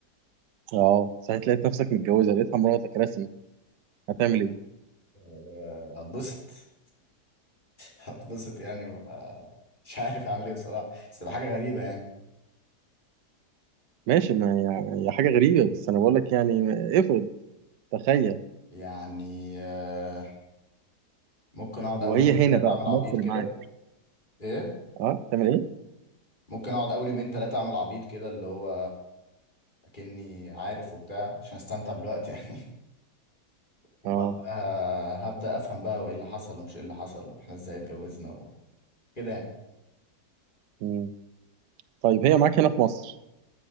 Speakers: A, on the right; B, on the left.
A: اه صحيت لقيت نفسك متجوزه لقيتها مراتك رسمي هتعمل ايه
B: آه، هتبسط <laughs> هتبسط يعني وه- مش عارف اعمل ايه بصراحه بس تبقى حاجه غريبه يعني
A: ماشي ما هي هي حاجه غريبه بس انا بقول لك يعني افرض تخيل
B: يعني آه، ممكن اقعد
A: وهي
B: اول يومين
A: هنا
B: ثلاثه
A: بقى
B: اعمل
A: في
B: عبيط
A: مصر
B: كده
A: معاك
B: ايه
A: اه تعمل ايه؟
B: ممكن اقعد اول يومين ثلاثه اعمل عبيط كده اللي هو اكني عارف وبتاع عشان استمتع بالوقت يعني <laughs> وبعدها
A: اه
B: هبدا افهم بقى وايه اللي حصل ومش ايه اللي حصل واحنا ازاي اتجوزنا كده يعني
A: مم. طيب هي معاك هنا في مصر